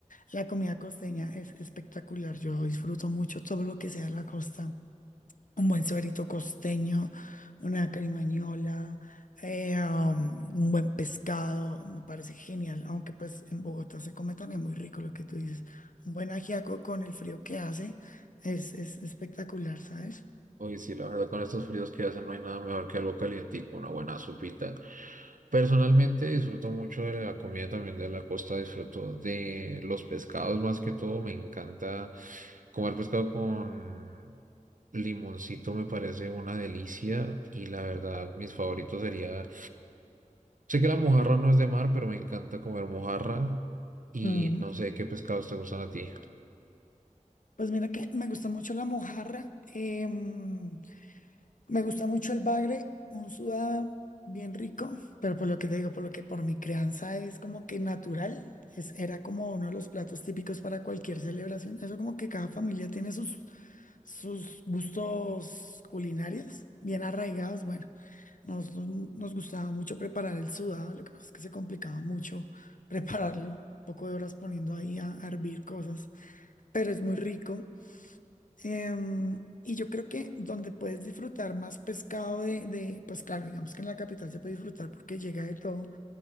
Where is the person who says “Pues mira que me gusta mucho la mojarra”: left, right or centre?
Left